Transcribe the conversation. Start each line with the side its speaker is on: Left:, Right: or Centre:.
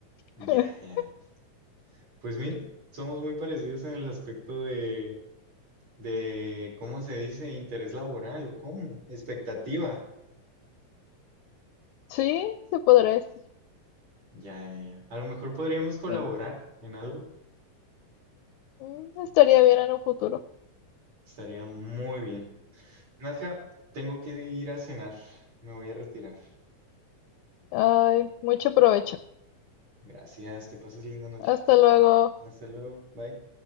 Right: Ya,
Left: <laughs>
Right: ya, ya. Pues mire, somos muy parecidos en el aspecto de, de, ¿cómo se dice? Interés laboral o cómo, expectativa.
Left: Sí, se podría decir,
Right: Ya, ya, ya. A lo mejor podríamos colaborar
Left: sí.
Right: en algo.
Left: Mm, Estaría bien en un futuro.
Right: Estaría muy bien. Nadja, tengo que ir a cenar. Me voy a retirar.
Left: Ay, mucho provecho.
Right: Gracias, que pases linda noche.
Left: Hasta luego.
Right: Hasta luego. Bye.